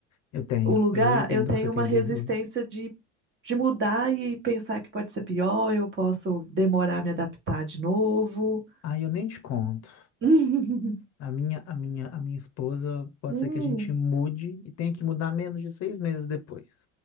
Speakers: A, on the left; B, on the right.
A: eu tenho.
B: o lugar,
A: Eu entendo
B: eu tenho
A: o que você quer
B: uma resistência
A: dizer.
B: de, de mudar e pensar que pode ser pior, eu posso demorar a me adaptar de novo.
A: Ah, eu nem te conto.
B: <laughs>
A: A minha, a minha, a minha esposa pode
B: Hum,
A: ser que a gente mude e tenha que mudar menos de seis meses depois.